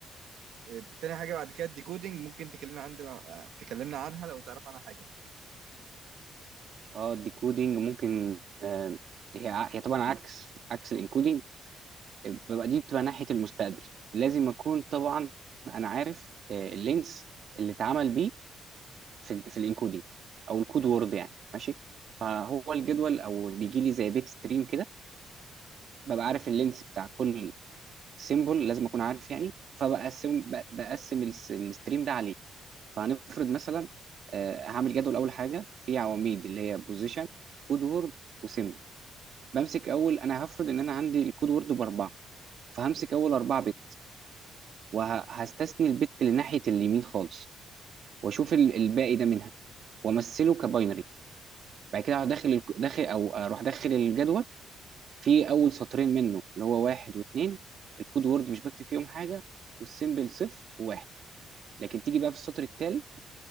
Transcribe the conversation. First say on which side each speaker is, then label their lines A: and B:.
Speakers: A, on the right; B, on the right.
A: إيه، تاني حاجة بعد كده الديكودينج ممكن تكلمنا عندنا آه، تكلمنا عنها لو تعرف عنها حاجة
B: اه الديكودينج ممكن آه، هي ع- هي طبعا عكس عكس الانكودينج ببقى دي بتبقى ناحيه المستقبل لازم اكون طبعا انا عارف آه، اللينس اللي اتعمل بيه في في الانكودينج او الكود وورد يعني ماشي فهو الجدول او بيجي لي زي بيت ستريم كده ببقى عارف اللينس بتاع كل سيمبل لازم اكون عارف يعني فبقسم ب- بقسم الس- الستريم ده عليه فهنفرض مثلا آه، هعمل جدول اول حاجه في عواميد اللي هي بوزيشن كود وورد وسيمبل بمسك اول انا هفرض ان انا عندي الكود وورد باربعه فهمسك اول اربعه بت وهستثني البت لناحيه اليمين خالص واشوف ال- الباقي ده منها وامثله كباينري بعد كده اروح داخل الك- داخل او اروح داخل الجدول في اول سطرين منه اللي هو واحد واثنين الكود وورد مش بكتب فيهم حاجه والسيمبل صفر وواحد لكن تيجي بقى في السطر التالي